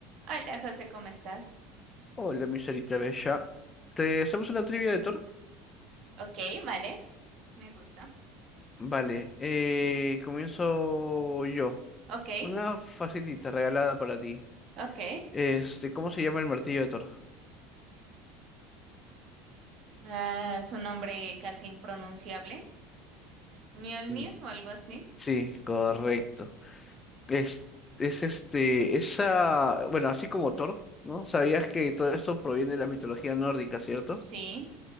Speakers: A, on the right; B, on the left.
A: Hola, José, ¿cómo estás?
B: Hola, mi Sarita Bella. ¿Te hacemos una trivia de Thor?
A: Ok, vale, me gusta.
B: Vale, eh, comienzo yo.
A: Ok,
B: Una facilita regalada para ti.
A: ok.
B: Este, ¿cómo se llama el martillo de Thor?
A: Ah, es un nombre casi impronunciable. Mjolnir
B: Mm,
A: o algo así.
B: Sí, correcto. Es, es este, esa, bueno, así como Thor, ¿no? Sabías que todo esto proviene de la mitología nórdica, ¿cierto?
A: Sí,